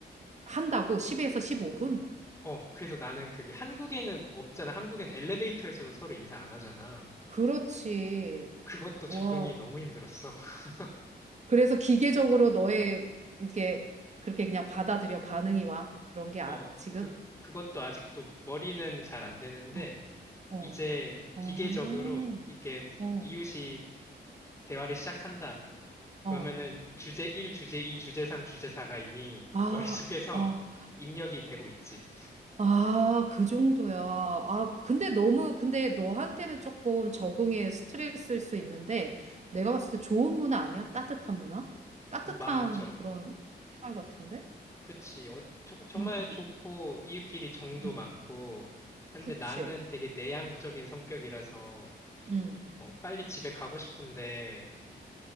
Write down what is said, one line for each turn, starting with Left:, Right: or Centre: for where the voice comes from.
Right: 한다고 10에서 15분?
Left: 어, 그래서 나는 그게 한국에는 없잖아. 한국엔 엘리베이터에서도 서로 인사 안 하잖아.
Right: 그렇지.
Left: 그것도
Right: 와.
Left: 적응이 너무 힘들었어. <laughs>
Right: 그래서 기계적으로 너의 이게 그렇게 그냥 받아들여 반응이 와. 그런 게 아,
Left: 어,
Right: 지금?
Left: 그, 그것도 아직도 머리는 잘 안 되는데,
Right: 어, 어,
Left: 이제
Right: 어,
Left: 기계적으로 이렇게
Right: 어,
Left: 이웃이 대화를 시작한다.
Right: 어.
Left: 그러면은 주제 1, 주제 2, 주제 3, 주제 4가 이미
Right: 아,
Left: 머릿속에서
Right: 아,
Left: 입력이 되고 있지.
Right: 아, 그 정도야. 아, 근데 너무, 근데 너한테는 조금 적응에 스트레스일 수 있는데 내가 봤을 때 좋은 문화 아니야? 따뜻한 문화? 따뜻한
Left: 맞아.
Right: 그런 생활 같은데?
Left: 그치. 어, 정- 정말
Right: 응, 응,
Left: 좋고, 이웃끼리 정도
Right: 응.
Left: 많고, 한데
Right: 그치.
Left: 나는 되게 내향적인 성격이라서,
Right: 응.
Left: 어, 빨리 집에 가고 싶은데,